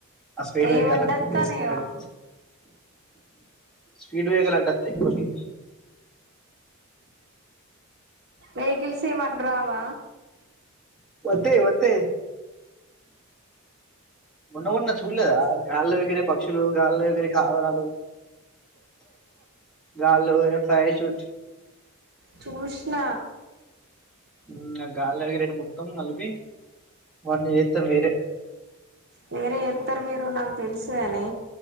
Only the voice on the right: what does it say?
ఏమడ్డత్తనయో
వెహికల్స్ ఏం అడ్డు రావా
చూసిన
వేరే చెస్తారు మీరు నాకు తెలుసు కాని